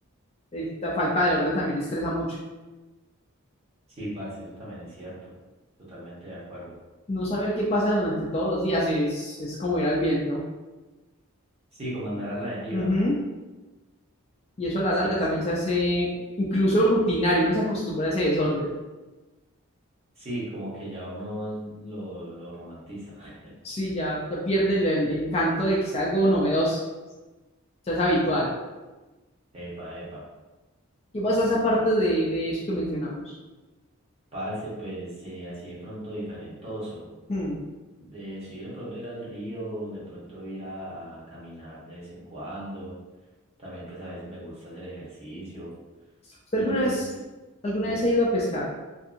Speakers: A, on the left; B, on the right.
A: Eh, La falta de orden también estresa mucho.
B: Sí, parce, eso también es cierto. Totalmente de acuerdo.
A: No saber qué pasa durante todos los días es, es como ir al viento.
B: Sí, como andar a la deriva.
A: Ujú. Y eso a la
B: Sí,
A: larga también
B: sí.
A: se hace incluso rutinario, uno se acostumbra a ese desorden.
B: Sí, como que ya uno lo, lo romantiza. <laughs>
A: Sí, ya, ya pierde el, el encanto de que sea algo novedoso, ya es habitual.
B: Mm. Epa, epa.
A: ¿Qué pasa
B: Ah,
A: esa
B: no,
A: parte
B: brutal.
A: de, de eso que mencionamos?
B: Parce, pues eh, así de pronto diferentoso.
A: Hmm.
B: De, sí, de pronto ir al río, de pronto ir a, a caminar de vez en cuando. También pues a veces me gusta hacer ejercicio.
A: ¿Usted
B: Pero
A: alguna
B: pues,
A: vez, alguna
B: dime,
A: vez ha ido a pescar?